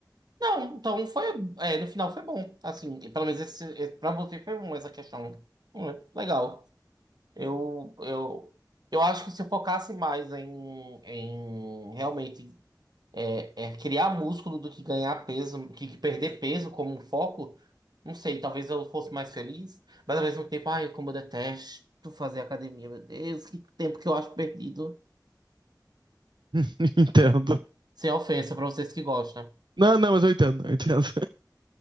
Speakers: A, on the right (about 65°); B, on the right (about 85°).
A: Não, então foi. é, no final foi bom. Assim, pelo menos esse, esse- pra você foi bom essa questão. Hum, é legal. Eu, eu, eu acho que se eu focasse mais em, em realmente é, é, criar músculo do que ganhar peso, que, que perder peso como um foco, não sei, talvez eu fosse mais feliz, mas ao mesmo tempo, ai, como eu detesto fazer academia, meu Deus, que tempo que eu acho perdido.
B: <laughs> entendo.
A: Sem ofensa para vocês que gostam.
B: Não, não, mas eu entendo, eu entendo.